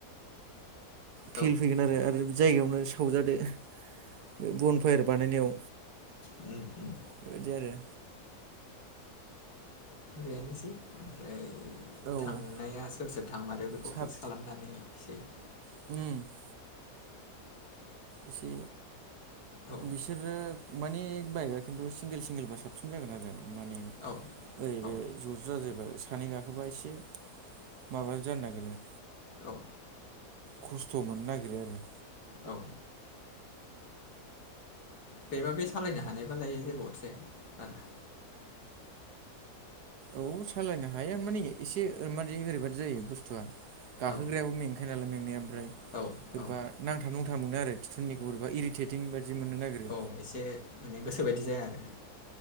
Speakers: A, on the left; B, on the right.
A: औ
B: फिल फैगोन आरो जायगायावनो सावजादोओ बे बनफायार बानायनायाव
A: उम उम
B: बेबायदि आरोना
A: बेनोसै ओमफ्रायो
B: औ
A: थांनाया सोर सोर थांमारो बेखौ
B: साब
A: फिक्स खालामनानै सैयो
B: <unintelligible> एसे
A: औ
B: बिसोरो माने ओ बाइकआ खिन्थु सिंगोल सिंगोलबा साबसिन जागोन आरो माने
A: औ।
B: ओरै
A: औ
B: बे ज ज जाजायबा सानै गाखोबा एसे माबा जानो नागिरोओ
A: औ
B: खस्थ' मोननो नागिरो आरो।
A: औ बेबा बे सालायनो हानायबालाय जेबो अरजाया बारा
B: औ सालायनो हायो माने एसे ओरादि ओरैबादि जायोओ बुस्थुआ गाखोग्रायाबो
A: औ
B: में खायोनालाय मेंनाया ओमफ्राय
A: औ
B: बोरैबा
A: औ
B: नांथा नुंथा मोनो आरो खिथु उननिखौ बोरैबा इरिटेटिं बायदि मोननो नागिरो।
A: औ एसे माने गोसो बायदि जाया आरो।